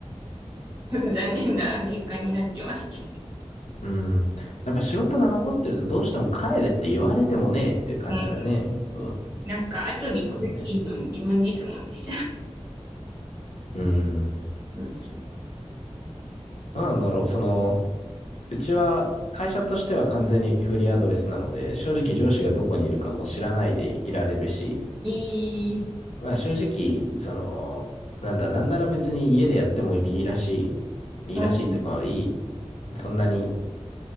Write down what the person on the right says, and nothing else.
う。<laughs> 残念な結果になってますけど。
うん
なんか、後で苦しいの自分ですもんね。
そうそう
いい、
うん